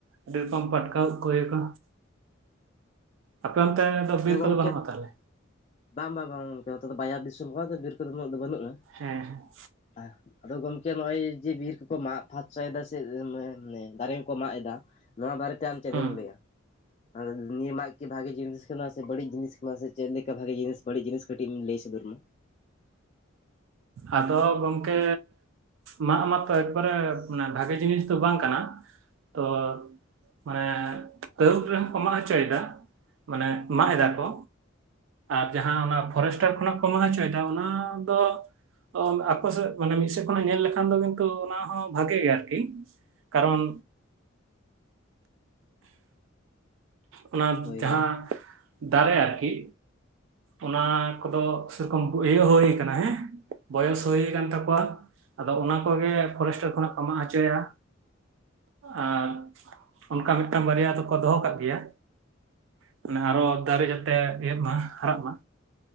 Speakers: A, on the right; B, on the left.
A: ᱟᱹᱰᱤ ᱨᱚᱠᱚᱢ ᱯᱴᱠᱟ ᱩᱫ ᱠᱚ ᱤᱭᱟᱹ ᱠᱚ, ᱟᱯᱮ ᱚᱱᱛᱮ ᱫᱚ
B: ᱟᱫᱚ
A: ᱵᱤᱨ ᱠᱚᱫᱚ
B: ᱜᱚᱢᱠᱮ
A: ᱵᱟᱹᱱᱩᱜᱼᱟ ᱛᱟᱦᱞᱮ?
B: ᱵᱟᱝ, ᱵᱟᱝ, ᱵᱟᱝ ᱜᱚᱢᱠᱮ ᱱᱚᱛᱮ ᱫᱚ ᱵᱡᱟᱨ ᱫᱤᱥᱚᱢ ᱦᱚᱲ, ᱟᱫᱚ ᱵᱤᱨ ᱠᱚᱫᱚ ᱩᱱᱟᱹᱜ ᱫᱚ ᱵᱟᱹᱱᱩᱜᱼᱟ᱾
A: ᱦᱮᱸ ᱦᱮᱸ
B: ᱦᱮᱸ ᱟᱫᱚ ᱜᱚᱢᱠᱮ ᱱᱚᱜ-ᱚᱭ ᱡᱮ ᱵᱤᱨ ᱠᱚᱠᱚ ᱢᱟᱜ ᱯᱷᱟᱨᱪᱟᱭᱮᱫᱟ ᱥᱮ ᱢᱟᱱᱮ ᱫᱟᱨᱮ ᱠᱚᱠᱚ ᱢᱟᱜ ᱮᱫᱟ᱾ ᱱᱚᱣᱟ ᱵᱟᱨᱮᱛᱮ ᱟᱢ ᱪᱮᱫ
A: ᱦᱮᱸ
B: ᱮᱢ ᱞᱟᱹᱭᱟ? ᱟᱫᱚ ᱱᱤᱭᱟᱹ ᱢᱟᱜ ᱵᱷᱟᱜᱤ ᱡᱤᱱᱤᱥ ᱠᱟᱱᱟ ᱥᱮ ᱵᱟᱹᱲᱤᱡ ᱡᱤᱱᱤᱥ ᱠᱟᱱᱟ ᱥᱮ ᱪᱮᱫ ᱞᱮᱠᱟ ᱵᱷᱟᱜᱤ ᱡᱤᱱᱤᱥ ᱵᱟᱹᱲᱤᱡ ᱡᱤᱱᱤᱥ ᱠᱟᱹᱴᱤᱡ ᱮᱢ ᱞᱟᱹᱭ ᱥᱚᱫᱚᱨ ᱢᱮ?
A: ᱟᱫᱚ ᱜᱚᱢᱠᱮ ᱢᱟᱜ ᱢᱟᱛᱚ ᱮᱠᱵᱟᱨᱮ ᱢᱟᱱᱮ ᱵᱷᱟᱜᱮ ᱡᱤᱱᱤᱥ ᱫᱚ ᱵᱟᱝ ᱠᱟᱱᱟ ᱛᱚ ᱢᱟᱱᱮ ᱠᱟᱹᱣᱩᱞ ᱨᱮᱦᱚᱸ ᱠᱚ ᱢᱟᱜ ᱦᱚᱪᱚᱭᱮᱫᱟ ᱢᱟᱱᱮ ᱢᱟᱜ ᱮᱫᱟ ᱠᱚ᱾ ᱟᱨ ᱡᱟᱦᱟᱸ ᱚᱱᱟ ᱯᱷᱚᱨᱮᱥᱴᱟᱨ ᱠᱷᱚᱱᱟᱜ ᱠᱚ ᱢᱟᱜ ᱦᱚᱪᱚᱭᱮᱫᱟ ᱚᱱᱟ ᱫᱚ ᱚᱢ, ᱟᱠᱚ ᱥᱮᱫ ᱢᱟᱱᱮ ᱢᱤᱫ ᱥᱮᱫ ᱠᱷᱚᱱᱟᱜ ᱧᱮᱞ ᱞᱮᱠᱷᱟᱱ ᱫᱚ ᱜᱚᱝᱠᱮ ᱚᱱᱟ ᱦᱚᱸ ᱵᱷᱟᱜᱤ ᱜᱮᱭᱟ ᱟᱨᱠᱤ᱾ ᱠᱟᱨᱚᱱ ᱚᱱᱟ
B: ᱦᱳᱭ
A: ᱡᱟᱦᱟᱸ
B: ᱦᱳᱭ
A: ᱫᱟᱨᱮ ᱟᱨᱠᱤ ᱚᱱᱟ ᱠᱚᱫᱚ ᱥᱮᱨᱚᱠᱚᱢ ᱤᱭᱟᱹ ᱦᱩᱭ ᱠᱟᱱᱟ ᱦᱮᱸ ᱵᱚᱭᱚᱥ ᱦᱩᱭ ᱠᱟᱱ ᱛᱟᱠᱚᱣᱟ᱾ ᱟᱫᱚ ᱚᱱᱟ ᱠᱚᱜᱮ ᱯᱷᱚᱨᱮᱥᱴᱟᱨ ᱠᱷᱚᱱᱟᱜ ᱠᱚ ᱢᱟᱜ ᱦᱚᱪᱚᱭᱟ᱾ ᱟᱨ ᱚᱱᱠᱟ ᱢᱤᱫᱴᱟᱝ ᱵᱟᱨᱭᱟ ᱫᱚᱠᱚ ᱫᱚᱦᱚ ᱠᱟᱜ ᱜᱮᱭᱟ᱾ ᱢᱟᱱᱮ ᱟᱨᱚ ᱫᱟᱨᱮ ᱡᱟᱛᱮ ᱤᱭᱟᱹᱜ ᱢᱟ ᱦᱟᱨᱟᱜ ᱢᱟ᱾